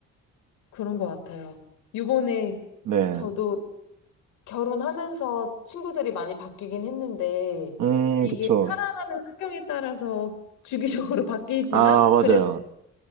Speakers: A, on the left (about 80°); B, on the right (about 80°).
A: 그런 것 같아요. 요번에
B: 네.
A: 저도 결혼하면서 친구들이 많이 바뀌긴 했는데
B: 음,
A: 이게
B: 그쵸.
A: 살아가는 환경에 따라서 주기적으로 <laughs> 바뀌지만
B: 아, 맞아요.
A: 그래도